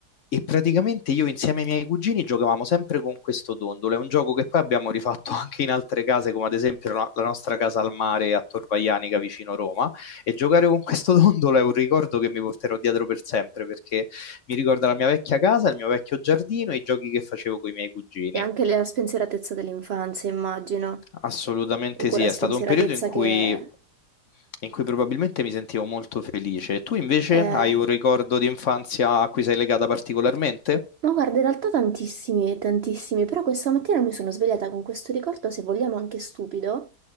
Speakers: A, on the left; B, on the right.
A: e praticamente io insieme ai miei cugini giocavamo sempre con questo dondolo. È un gioco che poi abbiamo rifatto <laughs> anche in altre case, come ad esempio la, la nostra casa al mare a Torvaianica vicino Roma. E giocare con questo <laughs> dondolo è un ricordo che mi porterò dietro per sempre, perché mi ricorda la mia vecchia casa, il mio vecchio giardino e i giochi che facevo con i miei cugini.
B: E anche la spensieratezza dell'infanzia, immagino,
A: Assolutamente
B: quella
A: sì, è
B: spensieratezza
A: stato un periodo in cui,
B: che
A: in cui probabilmente mi sentivo molto felice. Tu invece
B: è
A: hai un ricordo di infanzia a cui sei legata particolarmente?
B: Ma guarda, in realtà tantissimi, tantissimi, però questa mattina mi sono svegliata con questo ricordo, se vogliamo anche stupido.